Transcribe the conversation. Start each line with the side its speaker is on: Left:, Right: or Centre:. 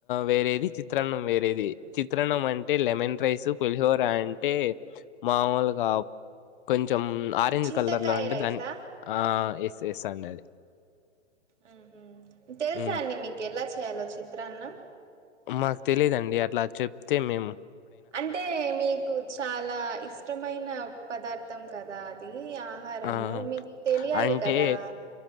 Left: వేరేది, చిత్రాన్నం వేరేది, చిత్రాన్నం అంటే లెమన్ రైస్ పులిహోర అంటే మామూలుగా కొంచం కొంచెం ఆరెంజ్
Right: చింతకాయ
Left: కలర్ లో అంటే
Right: రైసా
Left: దాన్ని ఆ <unintelligible> సండే అది
Right: హ్మ్ ఉ తెల్సా
Left: హ్మ్
Right: అండి మీక్ ఎలా చే చేయాలో చిత్రాన్నం
Left: మాకు తెలిదండి. అట్లా చెప్తే మేమ్
Right: అంటే మీకు చాలా ఇష్టమైన పదార్థ దం కదా అది ఈ ఆహారంలో
Left: ఆ
Right: మీకు తెలియాలి
Left: అంటే
Right: కదా.